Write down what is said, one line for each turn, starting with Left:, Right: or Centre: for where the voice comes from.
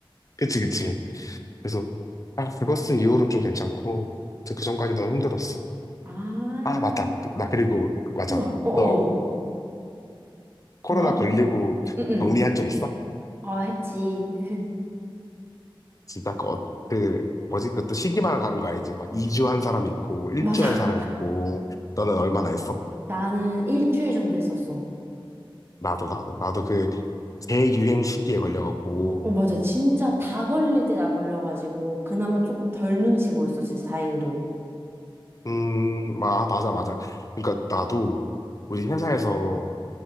Left: 그치, 그치. 그래서, 아, 그거 쓴 이후로 좀 괜찮고, 그 전까지 너무 힘들었어.
Right: 아,
Left: 아, 맞다. 그- 나 그리고, 그- 맞아.
Right: 우와, 어어,
Left: 너 코로나
Right: 뭐야?
Left: 걸리고
Right: 응, 응.
Left: 격리한 적 있어?
Right: 아, 했지. <laughs>
Left: 진짜 그, 어- 그, 뭐지? 그것도 시기마다 다른 거 알지? 막 2주 한 사람 있고, 1주
Right: 맞아.
Left: 한 사람 있고, 너는 얼마나 했어?
Right: 나는 일주일 정도 했었어.
Left: 나도, 나도, 나도 그, 재유행 시기에 걸려갖고,
Right: 어, 맞아. 진짜 다 걸릴 때 나 걸려가지고, 그나마 조금 덜 눈치 보였어. 진짜 다행히도.
Left: 음, 마- 아, 맞아, 맞아. 그러니까 나도 우리 회사에서